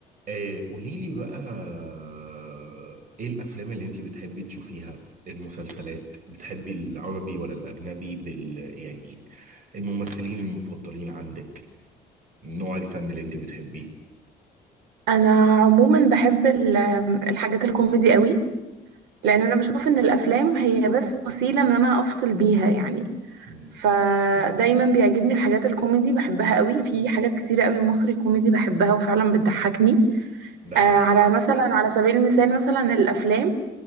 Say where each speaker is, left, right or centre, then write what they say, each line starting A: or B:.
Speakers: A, on the right; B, on the right.
A: آه، قوليلي بقى آه، ايه الافلام اللي انت بتحبي تشوفيها المسلسلات بتحبي العربي ولا الاجنبي بال يعني الممثلين المفضلين عندك نوع الفن اللي انت بتحبيه
B: انا عموما بحب ال- الحاجات الكوميدي قوي لان انا بشوف ان الافلام هي بس وسيله ان انا افصل بيها يعني
A: مم،
B: فدايما بيعجبني الحاجات الكوميدي بحبها قوي في حاجات كتيره قوي مصري كوميدي بحبها وفعلا بتضحكني
A: ده حقيقي
B: آه على مثلا على سبيل المثال مثلا الافلام